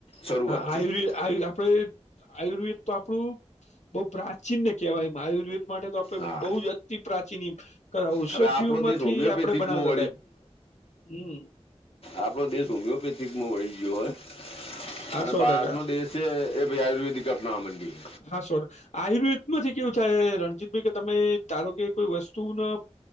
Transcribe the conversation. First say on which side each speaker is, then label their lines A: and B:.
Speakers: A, on the left (about 55°); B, on the left (about 80°).
A: શરૂઆતથી
B: હા એવી
A: જ
B: આપણેે આયુર્વેદ તો આપણું બહુ પ્રાચીનને કેહેવાય એમ આયુર્વેદ માટે તો આપડે
A: હા
B: બહુ જ અતિ પ્રાચીન ઔષધિઓ
A: હવે આપણો
B: માંથી
A: દેશ હોમિયોપેથિકમાં
B: આપડણે બનાવતા હતા એમ હમ્મ
A: આપડો દેશ હોમિયોપેથિકમાં વળી ગયો હોય
B: હા
A: અને
B: સો
A: બહારનો
B: ટકા
A: દેશ છે એ ભ આયુર્વેદિક અપનાવા મંડ્યો
B: હા શોટ આયુર્વેદ માંથી કેવું થાય રણજીતભાઈ કે તમે ધારો કે કોઈ વસ્તુને